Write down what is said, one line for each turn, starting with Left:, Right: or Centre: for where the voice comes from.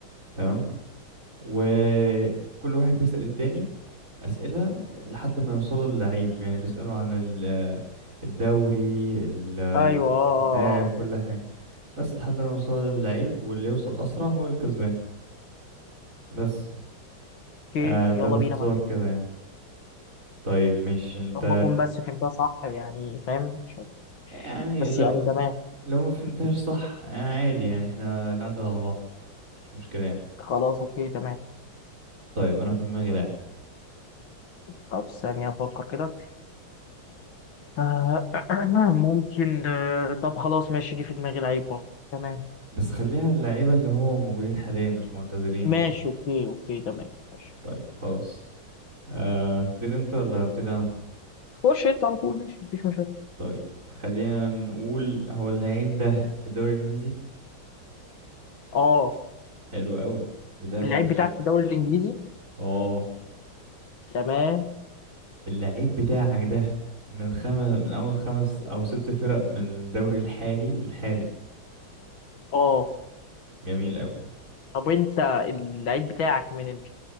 Right: تمام وكل واحد بيسأل التاني أسئلة لحد ما يوصلوا للعيب يعني بيسألوا عن ال- الدوري ال-
Left: ايوه
Right: جنسية
Left: اه اه
Right: اللاعب
Left: اه
Right: كل حاجة بس لحد ما يوصلوا للعيب واللي يوصل أسرع هو الكسبان بس
Left: اوكي
Right: آه ده
Left: يلا
Right: باختصار
Left: بينا معاك
Right: كده يعني طيب مش انت
Left: يا رب اكون بس فهمتها صح يعني فاهم مش عارف.
Right: يعني
Left: بس
Right: لو
Left: يعني تمام
Right: لو ما فهمتهاش صح آه، عادي يعني احنا نعدل على بعض مش مشكلة يعني
Left: خلاص اوكي تمام
Right: طيب انا في دماغي لاعب
Left: طب ثانية افكر كده آه <clears throat> ممكن آه طب خلاص ماشي جه في دماغي لعيب برضه تمام
Right: بس خليها اللعيبة اللي هو موجودين حاليا مش معتزلين
Left: ماشي
Right: بقى
Left: اوكي اوكي تمام ماشي
Right: طيب خلاص آه تبتدي انت ولا ابتدي انا
Left: خش انت على طول ماشي مفيش مشاكل
Right: طيب خلينا نقول هو اللعيب ده في الدوري الانجليزي
Left: اه
Right: حلو قوي بداية
Left: اللعيب
Right: مبشرة
Left: بتاعك في الدوري الانجليزي
Right: اه
Left: تمام
Right: اللعيب بتاعك ده من خمس من اول خمس او ست فرق من الدوري الحالي الحالي
Left: اه
Right: جميل قوي
Left: طب انت اللعيب بتاعك من ال...